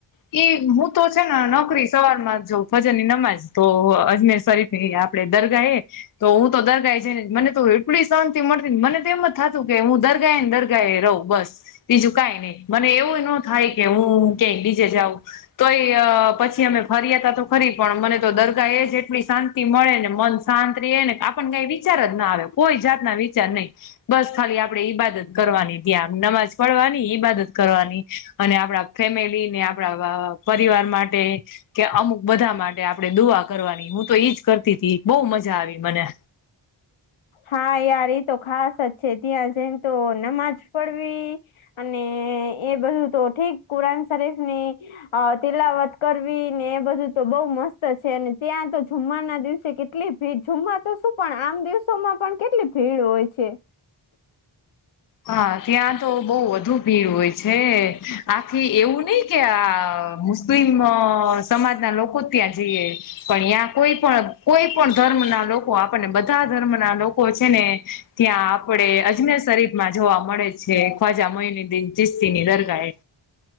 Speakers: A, on the left; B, on the left.
A: ઈ હું તો છે ને નોકરી સવારમાં જોઉ ભજન ની નમાજ તો અજમેર શરીફ એ આપડે દર્ગા એ. તો હું તો દરગાએ જઈ ને મને તો એટલી શાંતિ મળતીને મને તો એમ જ થતું કે હું દરગાય એ ને દરગા એ રહું. બસ બીજું કઈ નહી મને એવું ન થાય કે હું કય બીજે જાઉં. તોય પછી અમે ફર્યા હતા તો ફરી પણ મને તો દરગાહ એ જ એટલી શાંતિ તી મળે ને મન શાંત રે ને આપણને કઈ વિચાર જ ના આવે કોઈ જાતના વિચાર નહીં. બસ ખાલી આપડે ઈબાદત કરવાની ત્યા નમાજ પડવાની ઈબાદત કરવાની અને આપણા ફેમિલી ને આપડા અ પરિવાર માટે. કે અમુક બધા માટે આપડે દુઆ કરવાની હું તો ઈજ કરતી તી બહુ મજા આવી મને.
B: હા યાર એ તો ખાસ જ છે ત્યાં જઈ તો નમાજ પડવી. અને એ બધું તો ઠીક કુરાન શરીફ ની. અ તિલાવત કરવી ને એ બધું તો બહુ મસ્ત છે અને ત્યાં તો જુમમાના દિવસે કેટ કેટલી ભીડ જમા તો શું પણ આમ દિવસોમાં પણ કેટલી ભીડ હોય છે.
A: હા ત્યાં તો બહુ વધુ ભીડ હોય છે. આખી એવું નઈ કે આ મુસ્લિમ સમાજના લોકો જ ત્યાં જઈએ. પણ ત્યાં કોઈ પણ કોઈ પણ ધર્મ ના લોકો આપણને બધા ધર્મ ના લોકો છે ને. ત્યાં આપડે અજને શરી માં જોવા મળે છે ખ્વાજા મહયની દિન ચિસ્તીની દરગાએ.